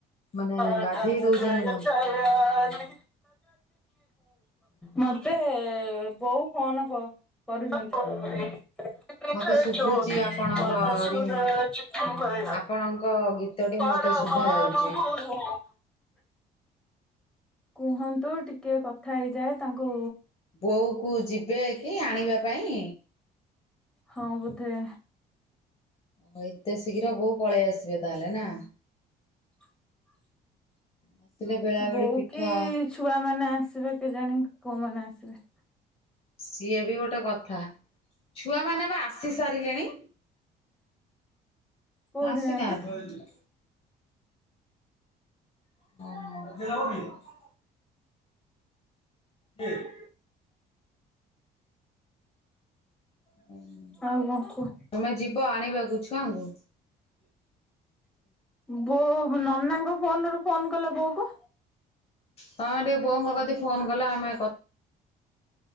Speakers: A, on the left; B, in the centre.
A: ମାନେ
B: ଆଢା
A: ଗାଧେଇ ଦଉଛନ୍ତି
B: ଜ
A: ତାଙ୍କୁ
B: ଯୟ ମତେ ବୋଉ ଫୋନ କ କରୁଚନ୍ତି। ଜ୍ୟୋତି
A: ମତେ ଶୁଭୁଛି ଆପଣଙ୍କ
B: ମଧସୁରଜ
A: ରିଂ
B: କିମୟା
A: ଆପଣଙ୍କ ଗୀତଟି
B: ପରବାନ
A: ମତେ ଶୁଭା ଯାଉଛି
B: ମୁ କୁହନ୍ତୁ ଟିକେ କଥା ହେଇଯାଏ ତାଙ୍କୁ
A: ବୋଉକୁ ଯିବେ କି ଆଣିବା ପାଇଁ?
B: ହଁ ବୋଧେ।
A: ଓ ଏତେ ଶୀଘ୍ର ବୋଉ ପଳେଇ ଆସିବେ ତାହେଲେ ନା?
B: <inaudible>
A: ଆସିଲେ ବେଳା
B: ବୋଉ
A: ବେଳି ପିଠା
B: କି ଛୁଆମାନେ ଆସିବେ କେଜାଣି କୋଉମାନେ ଆସିବେ।
A: ସିଏ ବି ଗୋଟେ କଥା, ଛୁଆମାନେ ପା ଆ ଆସି ସାରିଲେଣି,
B: କୋଉଠି
A: ଆସିନାହାନ୍ତି।
B: ନାହାନ୍ତି
A: <inaudible> <inaudible> ହୁଁ
B: ଆଉ କଣ କୁହ।
A: ତମେ ଯିବ ଆଣିବାକୁ ଛୁଆଙ୍କୁ?
B: ବୋଉ ନନାଙ୍କ ଫୋନରୁ ଫୋନ୍ କଲ ବୋଉକୁ।
A: ତମେ ଟିକେ ବୋଉଙ୍କ କତିକି ଫୋନ କଲ ଆମେ କ